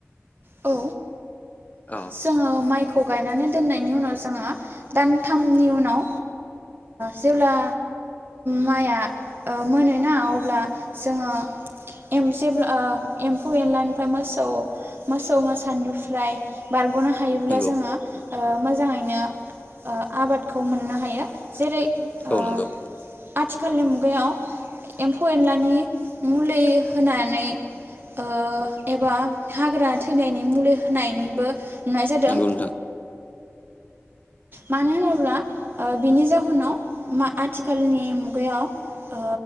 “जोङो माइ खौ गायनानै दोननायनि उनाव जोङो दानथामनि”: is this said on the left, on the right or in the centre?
Right